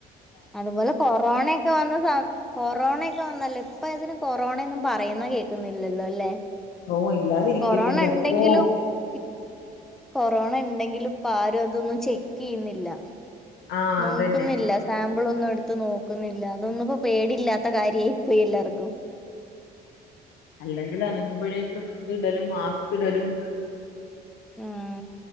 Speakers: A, in the centre; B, on the left (about 80°).
A: അതുപോലെ കൊറോണൊക്കെ വന്ന സ കൊറോണെ ക്ക വന്നല്ലോ ഇപ്പ അതിന് കൊറോണ ഒന്നും പറയുന്ന കേക്കുന്നില്ലല്ലോ അല്ലേ
B: ഓ ഇല്ലാതിരിക്കട്ടെ
A: കൊറോണ
B: എന്റെ
A: എണ്ടെങ്കിലും
B: അപ്പോ
A: ഇ കൊറോണ ഇണ്ടെങ്കിലും ഇപ്പ ആരും അതൊന്നും ചെക്കെയ്യുന്നില്ല
B: ആ
A: നോക്കുന്നില്ല
B: അതന്നെ
A: സാ മ്പിളൊന്നും എടുത്ത് നോക്കുന്നില്ല അതൊന്നും ഇപ്പോ പേടില്ലാത്ത കാര്യായി പോയി എല്ലാർക്കും
B: അല്ലെങ്കില് അനങ്ങ്മ്പഴേക്കും ഇത് ഇടലും മാസ്ക് ഇടലും
A: ഉം